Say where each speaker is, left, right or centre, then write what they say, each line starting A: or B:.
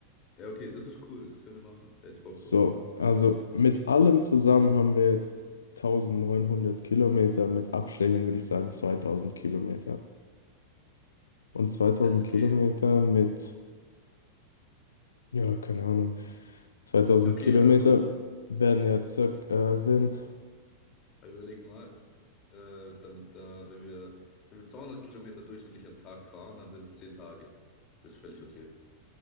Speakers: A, on the left; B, on the left.
A: Ja, okay, das ist cool. Das können wir machen. Da hätte ich Bock
B: So,
A: drauf.
B: also mit allem zusammen haben wir jetzt 1900 Kilometer, mit Abständen würde ich sagen 2000 Kilometer. Und 2000
A: Das
B: Kilometer
A: geht.
B: mit, ja, keine Ahnung, 2000
A: Ja, okay,
B: Kilometer
A: also,
B: werden ja circa, äh, sind,
A: aber überleg mal, äh, dann, da, wenn wir, wenn wir 200 Kilometer durchschnittlich am Tag fahren, dann sind es 10 Tage. Das ist völlig okay.